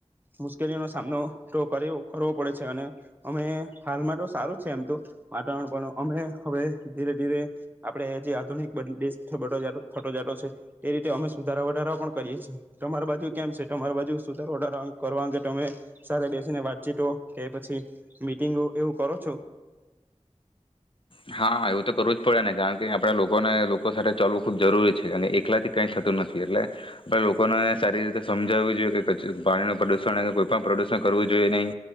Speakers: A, on the right; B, on the left.
A: મુશ્કેલીઓનો સામનો તો કરવો પડે છે અને અમે હાલમાં તો સારું છે એમ તો વાતાવરણ પણ અમે હવે ધીરે ધીરે આપણે જે આધુનિક બ બ થટો જાટો છે તે રીતે અમે સુધારા વધારા પણ કરીએ છી તમારા બાજુ કેમ છે તમારી બાજુ સુધાર ઓર્ડર કરવા અંગે તમે સ બેસીને વાતચીતો કે પછી મીટિંગો એવું કરો છો
B: હા એવું તો કરવું જ પડે નને કારણ કે આપડા લોકોને લોકો સાથે ચલવું ખૂબ જરૂરી છે કારણ એકલા થી કઈ થતું નથી એટલે આપ લોકોને સારી રીતે સમજાવવીું જોઈએ કે પાણીનું પ્રદુષણ કોઈ પણ પ્રદુષણ કરવું જોઈએ નહી